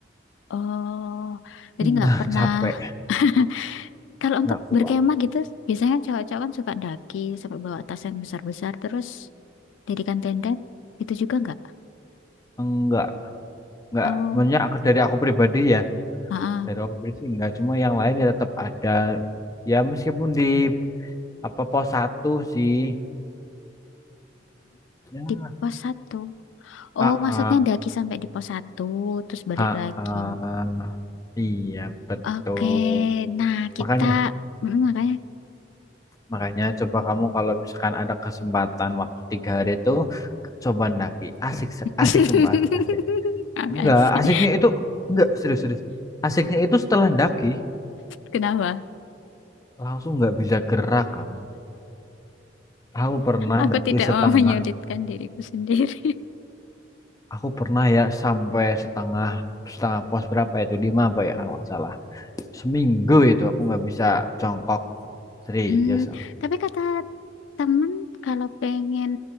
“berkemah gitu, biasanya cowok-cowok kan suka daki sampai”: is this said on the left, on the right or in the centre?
Left